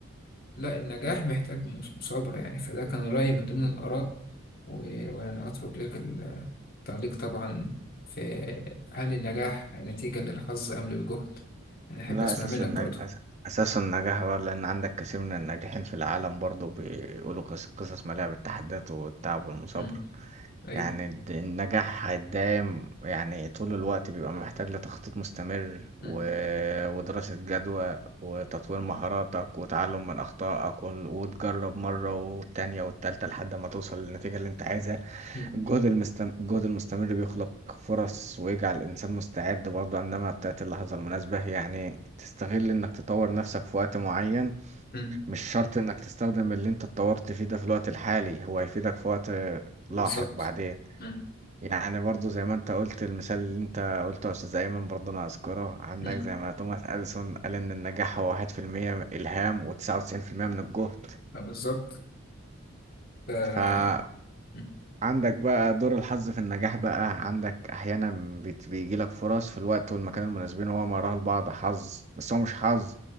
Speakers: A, on the left; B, on the right.
A: لا النجاح محتاج مس- مثابرة يعني فده كان رأيي من ضمن الآراء و- ويعني أترك لك التعليق طبعا في هل النجاح نتيجة للحظ أم للجهد؟ أنا أحب
B: لا
A: أسمع
B: أساس
A: منك
B: النج...
A: برضه
B: أس- أساس النجاح بقى لأن عندك كثير من الناجحين في العالم برضو بيقولوا قص- قصص مليئة بالتحديات والتعب والمثابرة
A: مم. أيوه
B: يعني الد- النجاح هيدايم يعني طول الوقت بيبقى محتاج لتخطيط مستمر و...
A: مم.
B: ودراسة جدوى وتطوير مهاراتك وتعلم من أخطائك وال- وتجرب مرة والتانية والتالتة لحد ما توصل للنتيجة اللي أنت عايزها
A: مم.
B: الجهد المستم... الجهد المستمر بيخلق فرص ويجعل الإنسان مستعد برضه إنما بتاعت اللحظة المناسبة يعني تستغل إنك تطور نفسك في وقت معين
A: مم.
B: مش شرط إنك تستخدم اللي أنت اتطورت فيه ده في الوقت الحالي هو هيفيدك في وقت
A: بالظبط
B: لاحق بعدين
A: مم.
B: يعني برضه زي ما أنت قلت المثال اللي أنت قلته يا أستاذ أيمن برضه أنا أذكره عندك
A: مم.
B: زي ما توماس أديسون قال إن النجاح هو واحد في المية إلهام وتسعة وتسعين في المية من الجهد
A: آه، بالظبط ف...
B: فاهم
A: مم.
B: عندك بقى دور الحظ في النجاح بقى عندك احيانا بت- بيجيلك فرص في الوقت والمكان المناسبين وهو ما يراه البعض حظ بس هو مش حظ